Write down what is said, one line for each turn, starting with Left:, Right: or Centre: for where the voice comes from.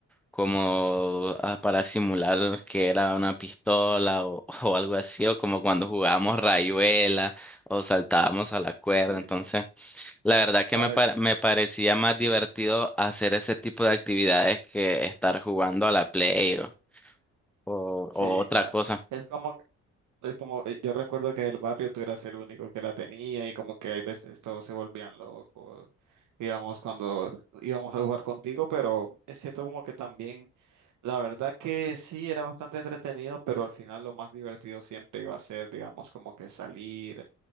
Centre: como ah, para simular que era una pistola o, <laughs> o algo así, o como cuando jugábamos rayuela o saltábamos a la cuerda.
Right: Sí,
Centre: Entonces, la verdad que
Right: ¿sabes?
Centre: me, par- me parecía más divertido hacer ese tipo de actividades que estar jugando a la Play o, o-
Right: Sí,
Centre: o otra
Right: claro.
Centre: cosa.
Right: Es como Es como, eh, yo recuerdo que el barrio tú eras el único que la tenía y como que hay veces todos se volvían locos, digamos, cuando íbamos a jugar contigo, pero es cierto como que también, la verdad que sí, era bastante entretenido, pero al final lo más divertido siempre iba a ser, digamos, como que salir,